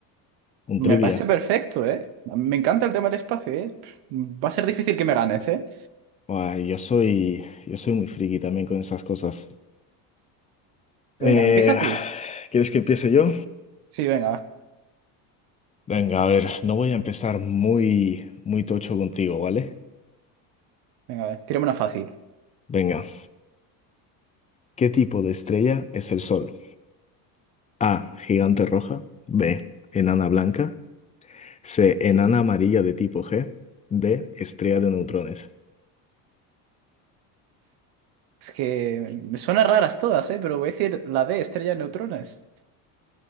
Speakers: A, on the left (about 15°); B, on the right (about 65°).
A: un
B: Me
A: trivia.
B: parece perfecto, ¿eh? A mí Me encanta el tema del espacio, ¿eh? Pff, Va a ser difícil que me ganes, ¿eh?
A: Ah, yo soy, yo soy muy friki también con esas cosas. Eh,
B: Venga, empieza tú.
A: ¿quieres que empiece yo?
B: Sí, venga, va.
A: Venga, a ver, no voy a empezar muy, muy tocho contigo, ¿vale?
B: Venga, a ver, tírame una fácil.
A: Venga, ¿qué tipo de estrella es el Sol? A, gigante roja, B, enana blanca, C, enana amarilla de tipo G, D, estrella de neutrones.
B: Es que me suenan raras todas, ¿eh? Pero voy a decir la D, estrella de neutrones.